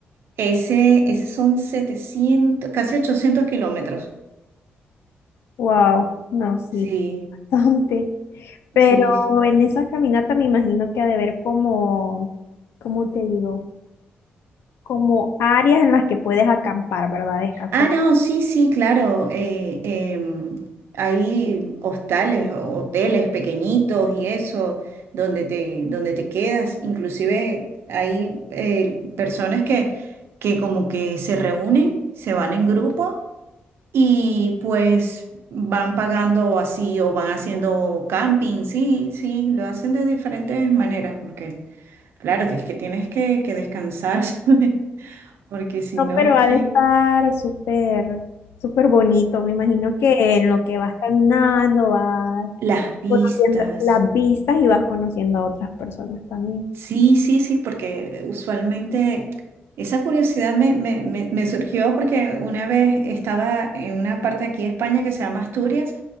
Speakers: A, on the right; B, on the left.
A: ese, ese son setecientos casi ochocientos kilómetros.
B: wow, no, sí,
A: Sí,
B: bastante. Pero
A: sí, sí.
B: en esa caminata me imagino que ha de haber como, ¿cómo te digo? Como áreas en las que puedes acampar, ¿verdad? Descansar.
A: Ah, no, sí, sí, claro. eh, em, hay hostales, o- hoteles pequeñitos y eso, donde te, donde te quedas. Inclusive hay eh, personas que, que como que se reúnen, se van en grupo y pues van pagando así o van haciendo camping, sí, sí, lo hacen de diferentes maneras porque, claro, es que tienes que, que descansar, <laughs> ¿sabes? Porque si
B: No,
A: no,
B: pero ha
A: ¿qué?
B: de estar súper, súper bonito. Me imagino que en lo que vas caminando, vas
A: Las vistas.
B: conociendo las vistas y vas conociendo a otras personas también.
A: Sí, sí, sí, porque usualmente esa curiosidad me, me- me- me surgió porque una vez estaba en una parte aquí de España que se llama Asturias,